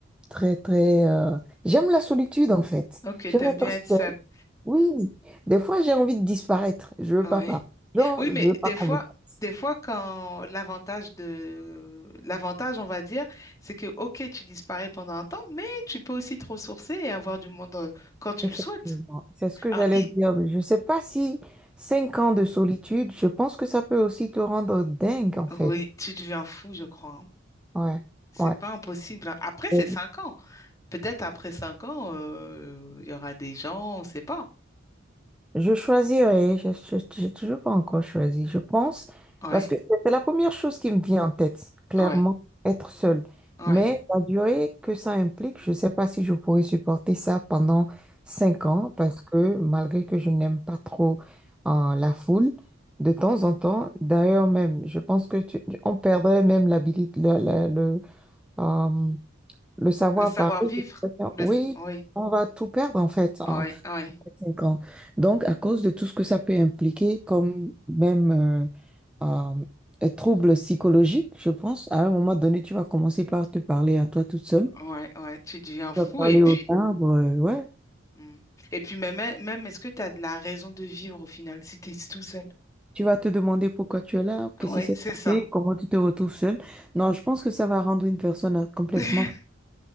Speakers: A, in the centre; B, on the left.
A: très, très... euh, J'aime la solitude, en fait.
B: Ok,
A: J'aime
B: t'aimes
A: être
B: bien
A: seule.
B: être seule.
A: Oui. Des fois, j'ai envie de disparaître. Je veux
B: Ouais.
A: pas parler. aux gens,
B: Oui,
A: je
B: mais
A: veux pas
B: des
A: qu'on
B: fois,
A: me teste.
B: des fois quand l'avantage de l'avantage, on va dire, c'est que ok, tu disparais pendant un temps, mais tu peux aussi te ressourcer et avoir du monde euh, quand tu
A: Effectivement,
B: le souhaites.
A: c'est ce que
B: Alors,
A: j'allais
B: i-
A: dire. mais Je ne sais pas si cinq ans de solitude, je pense que ça peut aussi te rendre dingue, en fait.
B: oui, tu deviens fou, je crois. hein.
A: Ouais,
B: C'est
A: ouais.
B: pas impossible. hein. Après, c'est
A: Euh,
B: cinq ans. Peut-être après cinq ans, euh, il y aura des gens, on sait pas.
A: Je choisirais, je n'ai toujours pas encore choisi, je pense,
B: Ouais,
A: parce que c'est la première chose qui me vient en tête, clairement,
B: ouais,
A: être seule.
B: ouais.
A: Mais la durée que ça implique, je ne sais pas si je pourrais supporter ça pendant cinq ans, parce que malgré que je n'aime pas trop euh, la foule, de temps en temps, d'ailleurs même, je pense que tu- on perdrait même l'habilité, le, le, le euh, le savoir
B: Le savoir-vivre.
A: parler.
B: Le...
A: Oui,
B: s- Oui,
A: on va tout perdre en fait. hein.
B: ouais, ouais,
A: cinq ans. Donc, à cause de tout ce que ça peut impliquer, comme même euh, euh, un trouble psychologique, je pense, à un moment donné, tu vas commencer par te parler à toi toute seule.
B: ouais, ouais. Tu deviens fou
A: Tu vas parler
B: et puis.
A: aux arbres, euh, ouais.
B: Mm. Et puis même, même est-ce que tu as de la raison de vivre au final si tu es tout seul?
A: Tu vas te demander pourquoi tu es là, qu'est-ce
B: Ouais,
A: qui s'est
B: c'est ça.
A: passé, comment tu te retrouves seule. Non, je pense que ça va rendre une personne euh, complètement...
B: <laughs>